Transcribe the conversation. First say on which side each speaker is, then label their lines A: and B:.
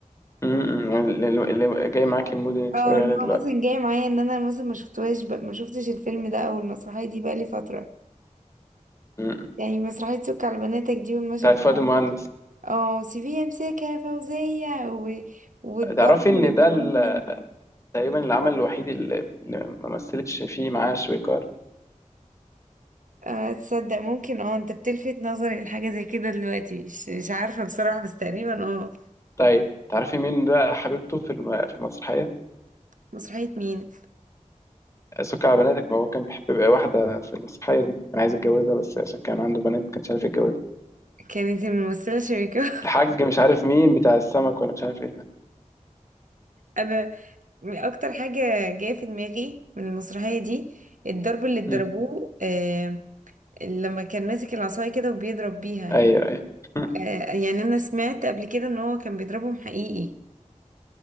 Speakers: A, on the left; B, on the right.
A: امم يعني اللي اللي جاي معاكي المود انك
B: اه
A: تتفرجي
B: اللي
A: عليها دلوقتي
B: هو مثلا جاي معايا ان انا مثلا ما شفتهاش بقى ما شفتش الفيلم ده او المسرحيه دي بقى لي فتره
A: امم
B: يعني مسرحيه سك على بناتك دي والمشهد
A: بتاعت فؤاد
B: بتاع
A: المهندس
B: اه سيبيها امسكها يا فوزيه و... والضرب
A: تعرفي
B: اللي
A: ان ده
B: اتضربوه
A: ال-
B: فيها
A: تقريبا العمل الوحيد اللي اللي ما مثلتش فيه معاه شويكار
B: آه، تصدق ممكن اه انت بتلفت نظري لحاجه زي كده دلوقتي مش مش عارفه بصراحه بس تقريبا اه
A: طيب تعرفي مين بقى حبيبته في الم- في المسرحيه
B: مسرحيه مين
A: سكر على بناتك ما هو كان بيحب واحده في المسرحيه دي كان عايز يتجوزها بس عشان كان عنده بنات ما كانش عارف يتجوزها
B: كانت الممثله شريكة
A: الحاج مش عارف مين بتاع السمك ولا مش عارف ايه ده
B: انا اكتر حاجه جايه في دماغي من المسرحيه دي الضرب اللي اتضربوه
A: امم
B: آه، لما كان ماسك العصايه كده وبيضرب بيها
A: ايوه ايوه <laughs>
B: آه، يعني انا سمعت قبل كده ان هو كان بيضربهم حقيقي